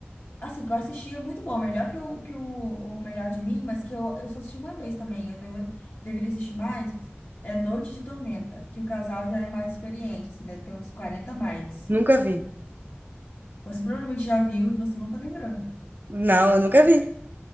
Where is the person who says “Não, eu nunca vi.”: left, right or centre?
Right